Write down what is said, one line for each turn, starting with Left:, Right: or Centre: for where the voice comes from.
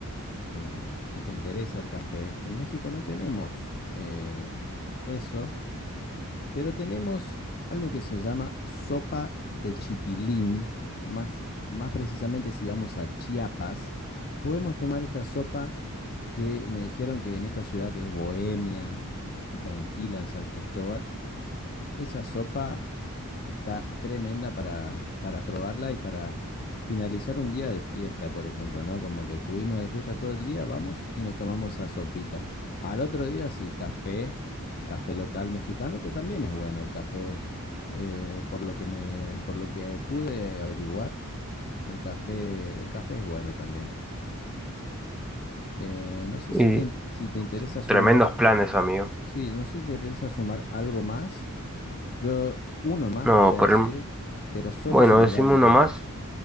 Left: que si te interesa el café, en México no tenemos eh, eso, pero tenemos algo que se llama sopa de chipilín, más, más precisamente si vamos a Chiapas, podemos tomar esta sopa que me dijeron que en esta ciudad que es bohemia y tranquila en San Cristóbal, esa sopa está tremenda para, para probarla y para finalizar un día de fiesta, por ejemplo, ¿no? Como que estuvimos de fiesta todo el día, vamos y nos tomamos esa sopita. Al otro día sí, café, café local mexicano, que también es bueno el café, eh, por lo que me, por lo que pude averiguar, el café, el café es bueno también. Eh, no sé
Centre: Y
Left: si te, in- si te interesa sumar,
Centre: tremendos planes, amigo.
Left: sí, no sé si te interesa sumar algo más Yo uno más
Centre: No,
Left: te voy a decir,
Centre: por el...
Left: pero solo
Centre: Bueno,
Left: si nos
Centre: decime
Left: da el dinero.
Centre: uno más.